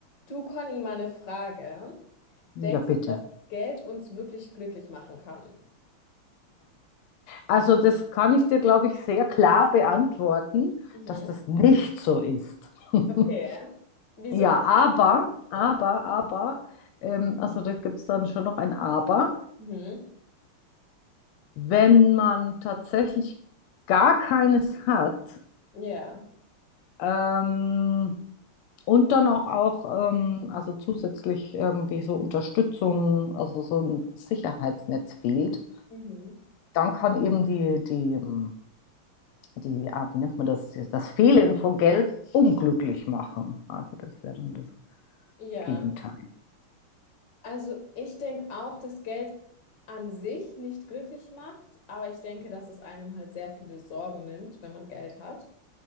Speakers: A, on the left; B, on the left.
A: Du, Conny, mal eine Frage.
B: Ja,
A: Denkst
B: bitte.
A: du, dass Geld uns wirklich glücklich machen kann?
B: Also das kann ich dir, glaube ich, sehr klar beantworten,
A: Mhm.
B: dass das nicht so ist. <laughs>
A: Okay. Wieso
B: Ja,
A: denkst
B: aber,
A: du?
B: aber, aber, ähm, also da gibt es dann schon noch ein Aber.
A: Mhm.
B: Wenn man tatsächlich gar keines hat
A: Ja,
B: ähm, und dann auch, auch ähm, also zusätzlich irgendwie so Unterstützung, also so ein Sicherheitsnetz fehlt,
A: Mhm.
B: dann kann eben die, die ähm, die, ah, wie nennt man das, das Fehlen von Geld unglücklich machen. Also das wäre dann das
A: ja.
B: Gegenteil.
A: Also ich denke auch, dass Geld an sich nicht glücklich macht, aber ich denke, dass es einem halt sehr viele Sorgen nimmt, wenn man Geld hat.